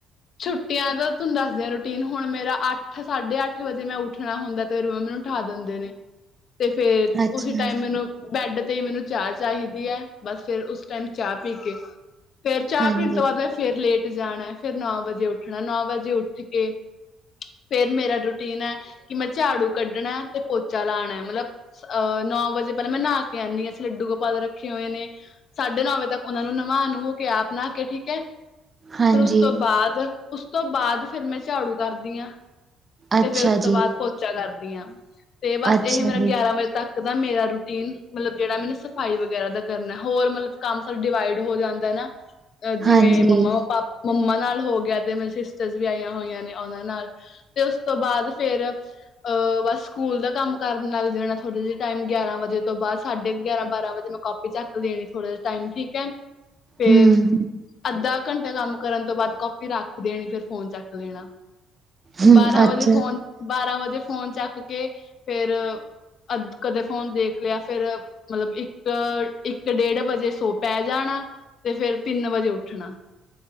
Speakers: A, on the left; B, on the right.
A: ਛੁੱਟੀਆਂ ਦਾ ਤੁਹਾਨੂੰ ਦੱਸਦੀ ਆਂ ਰੂਟੀਨ, ਹੁਣ ਮੇਰਾ ਅੱਠ ਸਾਢੇ-ਅੱਠ ਵਜੇ ਜੇ ਮੈਂ ਉੱਠਣਾ ਹੁੰਦਾ, ਤੇ ਫੇਰ ਮੰਮੀ ਉਠਾ ਦਿੰਦੇ ਨੇ, ਤੇ ਫੇਰ
B: ਅੱਛਾ
A: ਉਸੇ ਟਾਈਮ ਮੈਨੂੰ ਬੈਡ ਤੇ ਈ ਮੈਨੂੰ ਚਾਹ ਚਾਹੀਦੀ ਹੈ, ਬਸ ਫੇਰ ਉਸ ਟਾਈਮ ਚਾਹ ਪੀਕੇ ਫੇਰ ਚਾਹ
B: ਹਾਂਜੀ
A: ਪੀਣ ਤੋਂ ਬਾਅਦ, ਮੈਂ ਫੇਰ ਲੇਟ ਜਾਣੈ। ਫੇਰ ਨੌ ਵਜੇ ਉੱਠਣਾ, ਨੌ ਵਜੇ ਉੱਠਕੇ ਫੇਰ ਮੇਰਾ ਰੁ ਨਾ, ਕਿ ਮੈਂ ਝਾੜੂ ਕੱਢਣਾ ਤੇ ਪੋਚਾ ਲਾਣੈ, ਮਤਲਬ ਅ, ਨੌ ਵਜੇ ਪਹਿਲਾਂ ਮੈਂ ਨਹਾਕੇ ਆਂਨੀ ਆਂ, ਅਸੀਂ ਲੱਡੂ ਗੋਪਾਲ ਰੱਖੇ ਹੋਏ ਨੇ। ਸਾਢੇ-ਨੌ ਵਜੇ ਤੱਕ ਉਹਨਾ ਨੂੰ ਨ੍ਹਵਾ-ਨੁਵੋ ਕੇ ਆਪ ਨਹਾਕੇ ਠੀਕ ਐ। ਫਿਰ
B: ਹਾਂਜੀ
A: ਉਸ ਤੋਂ ਬਾਅਦ, ਉਸ ਤੋਂ ਬਾਅਦ, ਫਿਰ ਮੈਂ ਝਾੜੂ ਕਰਦੀ ਆਂ।
B: ਅੱਛਾ
A: ਤੇ ਫੇਰ ਉਸ ਤੋਂ
B: ਜੀ
A: ਬਾਅਦ ਪੋਚਾ ਕਰਦੀ ਆਂ, ਤੇ ਬਸ
B: ਅੱਛਾ
A: ਇਹ ਮੇਰਾ
B: ਜੀ
A: ਗਿਆਰਾਂ ਵਜੇ ਤੱਕ ਮੇਰਾ ਰੂਟੀਨ ਮਤਲਬ ਜਿਹੜਾ ਮੈਨੂੰ ਸਫਾਈ ਵਗੈਰਾ ਦਾ ਕਰਨਾ, ਹੋਰ ਮਤਲਬ ਕੰਮ ਫਿਰ ਡਿਵਾਈਡ ਹੋ ਜਾਂ ਨਾ, ਜਿਵੇਂ
B: ਹਾਂਜੀ
A: ਮੰਮਾ-ਪਾ ਮੰਮਾ ਨਾਲ ਹੋ ਗਿਆ, ਤੇ ਮੇਰੇ ਸਿਸਟਰਸ ਵੀ ਆਈਆਂ ਹੋਈਆਂ ਨੇ, ਉਹਨਾਂ ਨਾਲ ਤੇ ਉਸ ਉਸ ਤੋਂ ਬਾਅਦ ਫੇਰ ਅ, ਬਸ, ਸਕੂਲ ਦਾ ਕੰਮ ਕਰਨ ਲੱਗ ਜਾਣਾ, ਥੋੜੇ ਜਿਹੇ ਟਾਈਮ, ਗਿਆਰਾਂ ਵਜੇ ਤੋਂ ਬਾਅਦ, ਸਾਢੇ ਗਿਆਰਾਂ ਬਾਰਾਂ ਵਜੇ ਮੋ ਚੱਕ ਦੇਣੀ, ਥੋੜਾ ਜਿਹਾ ਟਾਈਮ ਠੀਕ ਹੈ, ਫੇਰ
B: ਹਮ
A: ਅੱਧਾ, ਘੰਟਾ ਕੰਮ ਕਰਨ ਤੋਂ, ਬਾਅਦ ਕਾਪੀ ਰੱਖ ਦੇਣੀ ਫੇਰ ਫੋਨ ਚੱਕ ਲੈਣਾ।
B: ਹੁੰ,
A: ਬਾਰਾਂ
B: ਅੱਛਾ।
A: ਵਜੇ ਫੋਨ ਬਾਰਾਂ ਵਜੇ, ਫੋਨ ਚੱਕ ਕੇ ਫੇਰ ਅਜ, ਕਦੇ ਫੋਨ ਦੇਖ ਲਿਆ ਫੇਰ। ਮਤਲਬ, ਇੱਕ ਇੱਕ ਡੇਢ ਵਜੇ ਸੌ ਪੈ ਜਾਣਾ, ਤੇ ਫੇਰ ਤਿੰਨ ਵਜੇ ਉੱਠਣਾ।